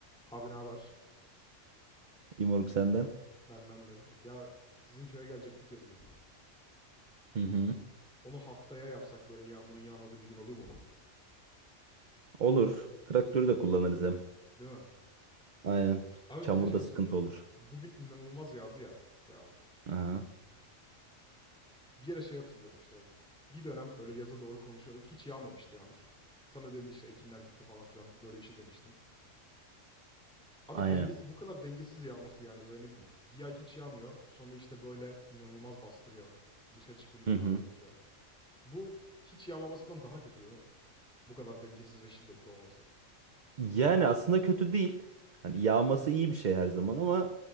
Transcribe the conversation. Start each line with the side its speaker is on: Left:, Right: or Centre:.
Centre: Abi ne haber?
Right: İmorg senden.
Centre: Benden de. Ya sizin köye gelecektik ya bir gün.
Right: Hı hı.
Centre: Onu haftaya yapsak böyle yağmurun yağmadığı bir gün olur mu?
Right: Olur. Traktörü de kullanırız hem.
Centre: Değil mi?
Right: Aynen.
Centre: Abi
Right: Çamurda
Centre: bir de şeyi
Right: sıkıntı
Centre: soracağım.
Right: olur.
Centre: Bugün inanılmaz yağdı ya yağmur.
Right: Aha.
Centre: Bir yere şey hatırlıyorum işte. Bir dönem böyle yaza doğru konuşuyorduk. Hiç yağmamıştı yağmur. Sana dedin işte ekinler gitti falan filan böyle bir şey demiştin. Abi
Right: Aynen.
Centre: dengesi bu kadar dengesiz yağması yani böyle ne bileyim. Bir ay hiç yağmıyor. Sonra işte böyle inanılmaz bastırıyor. Dışarı çıkılmayacak
Right: Hı hı.
Centre: hale getiriyor. Bu hiç yağmamasından daha kötü değil mi? Bu kadar dengesiz ve şiddetli olması.
Right: Yani aslında kötü değil. Hani yağması iyi bir şey her zaman ama